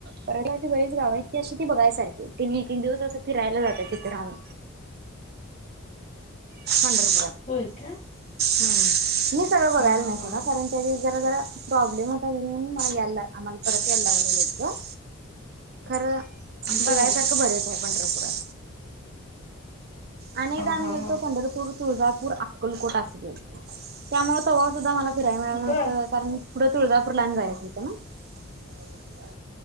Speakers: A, on the right; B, on the left.
A: परत अशी बरीच गाव हायत की अशी ती बघायसारखी हाइत. तेनि एक एक दिवस असं फिरायला जात्यात तिथं राहून. पंढरपुरात.
B: होय का
A: हम्म मी सगळं बघायला
B: हा हा
A: नाही
B: हा
A: सोडा
B: हा
A: कारण त्या जरा जरा प्रॉब्लेम होता तरी म्हणून मला यायला आम्हाला परत यायला लागलं लवकर. खरं बघायसारखं
B: बर
A: बरेच हाय पंढरपुरात. अनेकदा
B: हा
A: आम्ही
B: हा
A: गेलतो
B: हा
A: पंढरपूर, तुळजापूर, अक्कलकोट असं केलतं, त्यामुळं तवा सुद्धा मला फिरायला मिळालं नव्हतं,
B: बर
A: कारण पुढं तुळजापूरला आणि जायचं होतं ना.